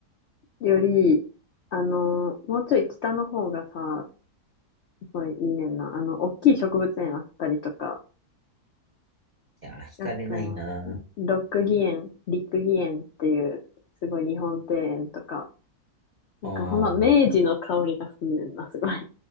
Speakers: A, on the left (about 70°); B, on the right (about 45°).
A: より、あの、もうちょい北の方がさ、すごいいいねんな。あの、大きい植物園あったりとか、
B: いやー、惹かれないなー。
A: あと、ロックギ園、リックギ園っていう、すごい日本庭園とか、なんかほんま明治の香りがすんねんな、
B: あー
A: すごい。